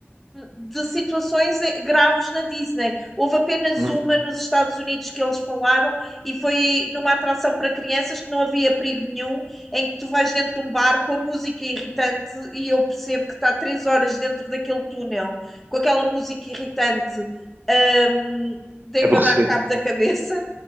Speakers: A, in the centre; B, on the right.
A: de situações graves na Disney. Houve apenas
B: Uhum.
A: uma nos Estados Unidos que eles falaram e foi numa atração para crianças que não havia perigo nenhum, em que tu vais dentro de um bar com a música irritante e eu percebo que está três horas dentro daquele túnel com aquela música irritante. Um, deva
B: É aborrecido.
A: dar cabo da cabeça,